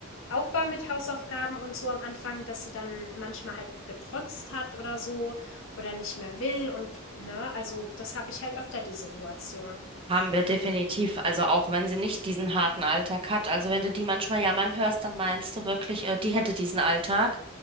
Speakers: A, on the left; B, on the right.
A: auch war mit Hausaufgaben und so am Anfang, dass sie dann manchmal halt getrotzt hat oder so oder nicht mehr will und ne, also das habe ich halt öfter die Situation.
B: Haben wir definitiv. Also auch wenn sie nicht diesen harten Alltag hat. Also wenn du die manchmal jammern hörst, dann meinst du wirklich, äh, die hätte diesen Alltag.